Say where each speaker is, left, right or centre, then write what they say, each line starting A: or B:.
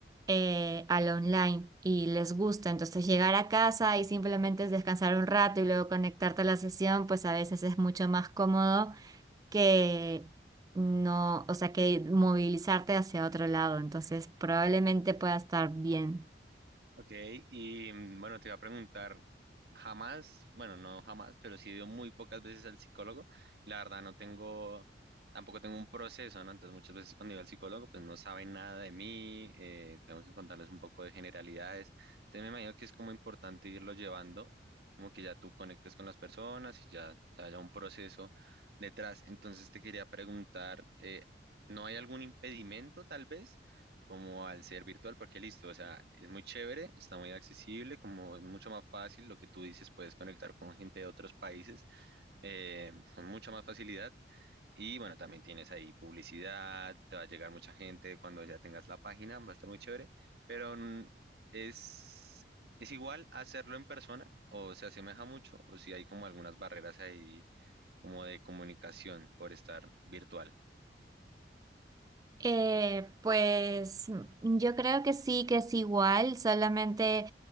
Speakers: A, on the right; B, on the right.
A: eh, al online y les gusta. Entonces, llegar a casa y simplemente es descansar un rato y luego conectarte a la sesión, pues a veces es mucho más cómodo que no, o sea, que movilizarte hacia otro lado. Entonces, probablemente pueda estar bien.
B: Ok, y mm, bueno, te iba a preguntar, jamás, bueno, no jamás, pero sí he ido muy pocas veces al psicólogo. La verdad, no tengo, tampoco tengo un proceso, ¿no? Entonces, muchas veces cuando iba al psicólogo, pues no saben nada de mí, eh, tengo que contarles un poco de generalidades. Entonces, me imagino que es como importante irlo llevando, como que ya tú conectes con las personas y ya, ya haya un proceso detrás. Entonces, te quería preguntar, eh, ¿no hay algún impedimento tal vez? como al ser virtual, porque listo, o sea, es muy chévere, está muy accesible, como es mucho más fácil, lo que tú dices, puedes conectar con gente de otros países eh, con mucha más facilidad. Y bueno, también tienes ahí publicidad, te va a llegar mucha gente cuando ya tengas la página, va a estar muy chévere, pero mm, es, es igual hacerlo en persona o se asemeja mucho o si hay como algunas barreras ahí como de comunicación por estar virtual.
A: Eh, pues mm, yo creo que sí, que es igual, solamente